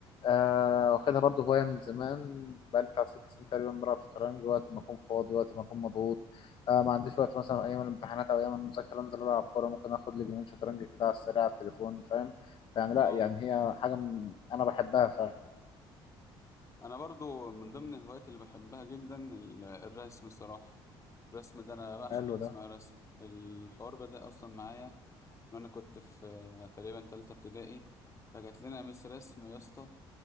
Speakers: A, on the left (about 40°); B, on the left (about 25°).
A: آه، واخدها برضه هواية من زمان بقالي بتاع ست سنين تقريبا بلعب شطرنج وقت ما أكون فاضي وقت ما أكون مضغوط آه، ما عنديش وقت مثلا أيام الامتحانات أو أيام المذاكرة أنزل ألعب كورة ممكن آخد لي جيمين شطرنج كده على السريع على التليفون فاهم فيعني لأ
B: اه
A: يعني هي حاجة من أنا بحبها فعلا
B: انا برضو من ضمن الهوايات اللي بحبها جدا ال- الرسم صراحة الرسم ده انا بعشق
A: حلو
B: حاجة اسمها
A: ده
B: رسم الحوار بدأ اصلا معايا وانا كنت في آه، تقريبا تالتة ابتدائي فجات لنا مس رسم يا اسطى